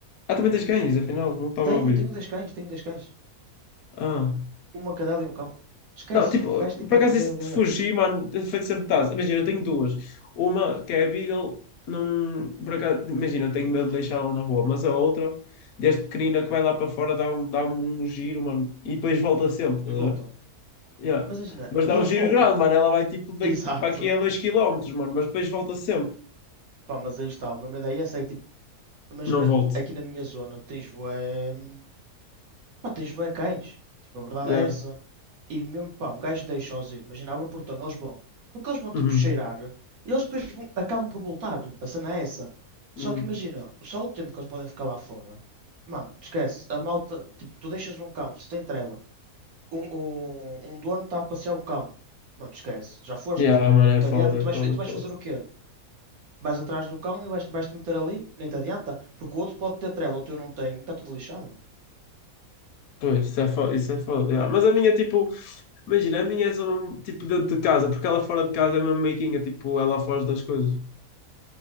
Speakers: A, on the left; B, on the right.
A: Ah, também tens cães, afinal, não estava
B: Tenho,
A: a ouvir.
B: tenho dois cães, tenho dois cães.
A: Ah.
B: Uma cadela e um cão. Esquece,
A: Não, tipo,
B: mano. Um gajo tem que
A: por acaso
B: abrir bem
A: isso
B: o gagar.
A: de fugir, mano, tem feito sempre taz. Imagina, eu tenho duas. Uma que é a Beagle, não, por acaso, imagina, eu tenho medo de deixá-la na rua, mas a outra, desde pequenina que vai lá para fora, dá-me dá um giro, mano, e depois volta sempre, estás
B: E voltam.
A: a ver? Yeah.
B: Mas imagina,
A: Mas dá
B: eles
A: um giro
B: voltam.
A: grande, mano, ela vai tipo
B: <laughs>
A: daqui
B: Exato.
A: para aqui a dois km, mano, mas depois volta sempre.
B: Pá, mas aí está. A mesma ideia é essa. É que, tipo, imagina,
A: Não volto.
B: aqui na minha zona tens bué. hum, Pá, tens bué cães. Tipo, a verdade
A: Yeah.
B: é essa. E mesmo, pá, um gajo deixa-os ir. Imagina, abre o portão, eles vão. Porque eles vão, tipo,
A: Uhum.
B: cheirar. E eles depois vão- acabam por voltar. A cena é essa.
A: Uhum.
B: Só que imagina, só o tempo que eles podem ficar lá fora. Mano, te esquece. A malta, tipo, tu deixas um cão sem trela. Um, um, um dono está a passear o cão. Mano, te esquece. Já foste.
A: Yeah, mano, é
B: Não te
A: foda,
B: adianta. E tu
A: é
B: vais,
A: foda,
B: e tu
A: é
B: vais
A: foda.
B: fazer o quê? Vais atrás do cão e vais, vais-te meter ali? Nem te adianta. Porque o outro pode ter trela, o teu não tem. Está tudo lixado.
A: Pois, isso é foda, isso é foda. yeah. Mas a minha, tipo, Imagina, a minha é só mesmo, tipo dentro de casa, porque ela fora de casa é mesmo meiguinha, tipo, ela foge das coisas.